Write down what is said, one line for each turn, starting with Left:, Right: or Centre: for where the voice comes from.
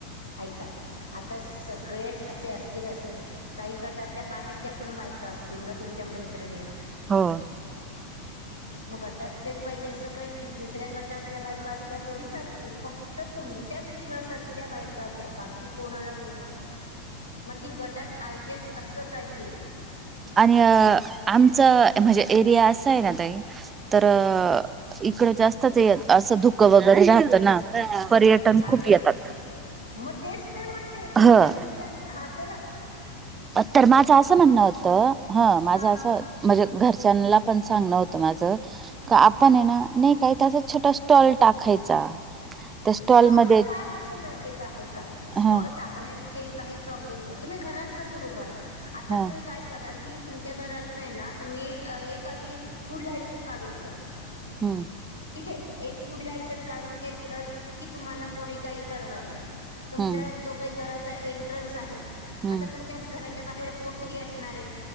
Left: ऐका आता सगळेच असे असतील असं नई. काही गटातल्या बाहेरच्या पण बायका असतील ना तुमच्या मैत्रिणी
Right: हो.
Left: म गटातलेच पायजे असं काई नई दुसऱ्या गटातल्या बायका असल्या तरी चालतील फक् तर तुमच्या विश्वासातल्या बायका घ्या, बाकी कोणाला घेऊ नका. मग ती गटात आहिजेच असंच हायये.
Right: आणि, आमचं म्हणजे एरिया असं आहे ना ताई तर इकडं जास्तच य असं धुकं वगैरे राहतं ना- पर्यटन
Left: अरे
Right: खूप येतात.
Left: मग तेच तर म्हणते, तुम्हाला
Right: ह
Left: तुमच्या हा त्याला
Right: अ तर माझं असं म्हणणं होतं,, हं माझं
Left: हा
Right: असं! म्हणजे घरच्यांला पण सांगणं होतं माझं का आपण आहे ना, नाही काही त्याचा छोटा स्टॉल टाकायचा त्या स्टॉलमध्ये
Left: स्टॉल ला काय होत माहितय का,, ऐका ऐका स्टॉल
Right: हा
Left: टाक टाकण्याविषयी काही प्रॉब्लेम नाही,, तुम्ही घरातनं सुरू करा,, आता
Right: हा
Left: तुम्ही काय करा की तुमच्या घरात नाही ना, तुम्ही एक आधी फूड लायसन काढून घ्या
Right: हम्म
Left: ठीके, एक फूड लायसन काढून घेतलंत, की तुम्हाला कोणी काही करणार नाही. तुमच्या
Right: हम्म
Left: जो काही घराचा एंट्रन्स आहे.
Right: हम्म
Left: आता तुम घराच्या बाहेर ओसरी असणारे,,,